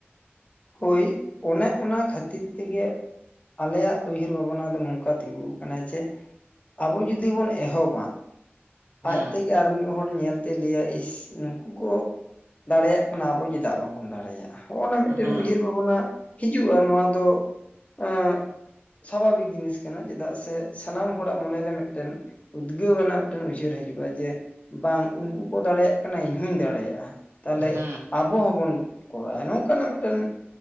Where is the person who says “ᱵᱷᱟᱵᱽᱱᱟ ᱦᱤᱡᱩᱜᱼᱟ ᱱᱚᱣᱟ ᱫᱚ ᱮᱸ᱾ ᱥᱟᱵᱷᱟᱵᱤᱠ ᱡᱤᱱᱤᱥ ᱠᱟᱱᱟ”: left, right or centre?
Left